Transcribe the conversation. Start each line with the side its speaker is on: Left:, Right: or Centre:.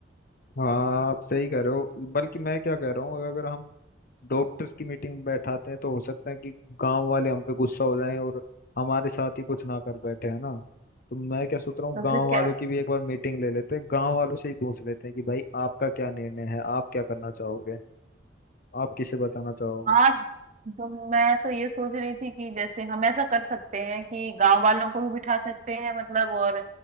Left: हाँ आप सही कह रहे हो बल्कि मैं क्या कह रहा हूँ अगर हम डॉक्टर्स की मीटिंग बैठाते हैं तो हो सकता है कि गांव वाले हम पे गुस्सा हो जाएं और हमारे साथ ही कुछ ना कर बैठे है ना तो मैं क्या सोच रहा हूँ
Right: तो
Left: गांव
Right: फिर
Left: वालों
Right: क्या
Left: की भी एक बार मीटिंग ले लेते हैं गांव वालों से ही पूछ लेते हैं कि भाई आपका क्या निर्णय है आप क्या करना चाहोगे आप किसे बताना चाहोगे
Right: हाँ तो मैं तो ये सोच रही थी कि जैसे हम ऐसा कर सकते हैं कि गांव वालों को भी बिठा सकते हैं मतलब और